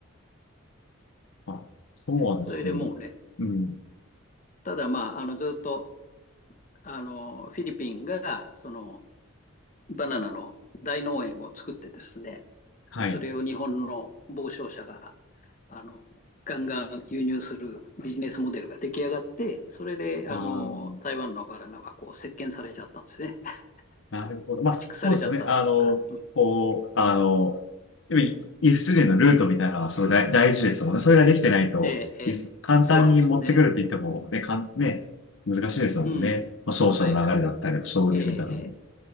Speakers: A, on the left; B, on the left.
A: あ、そうなんですね。
B: それでもうね、
A: うん。
B: ただまあ、あの、ずっと、あの、フィリピンが、その、バナナの大農園を作ってですね、
A: はい。
B: でそれを日本の傍聴者があの、ガンガン輸入するビジネスモデルが出来上がって、それで、あの、
A: ああ。
B: 台湾のバナナはこう、石鹸されちゃったんですね。<laughs>
A: なるほど。まあ、
B: 駆逐されちゃったってことか。
A: そうですね。あの、
B: うん。
A: こう、あの、やっぱり輸出入のルートみたいなのはすごい大大事ですもんね。それができてないと、
B: ええ、えそうなんですね。
A: 輸出簡単に持ってくるって言っても、ね、かん、ね、難しいですもんね。
B: うん。
A: まあ、商社の流れだったり、
B: はいはい。
A: 商流みたいなのも。
B: ええ、ええ、